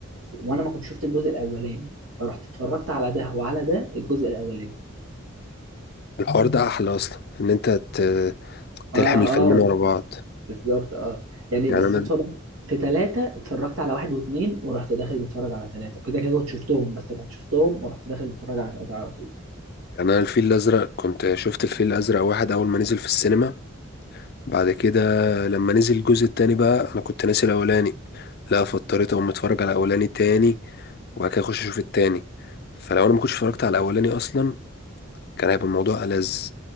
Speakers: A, on the right (about 85°); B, on the left (about 50°).
A: وانا ما كنت شفت الجزء الاولاني فرحت اتفرجت على ده وعلى ده الجزء الاولاني
B: الحوار ده احلى اصلا ان انت ت-
A: اه
B: تلحم الفيلمين
A: اه
B: ورا بعض
A: بالظبط اه يعني
B: يعني
A: بالصدفه
B: انا
A: بقى في ثلاثة اتفرجت على واحد واثنين ورحت داخل متفرج على ثلاثة كده كده كنت شفتهم بس رحت شفتهم ورحت داخل متفرج على ثلاثة على طول
B: يعني انا الفيل الازرق كنت شفت الفيل الازرق واحد اول ما نزل في السينما بعد كده لما نزل الجزء التاني بقى انا كنت ناسي الاولاني لا فاضطريت اقوم اتفرج على الاولاني تاني وبعد كده اخش اشوف التاني فلو انا ما كنتش اتفرجت على الاولاني اصلا كان هيبقى الموضوع ألذ